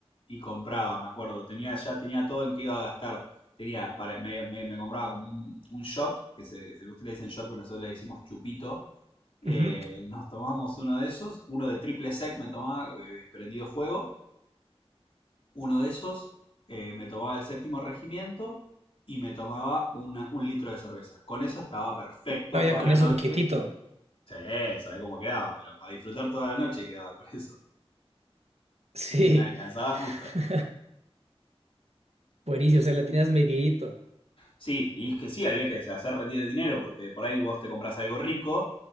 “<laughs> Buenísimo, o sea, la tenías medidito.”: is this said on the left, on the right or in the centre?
Right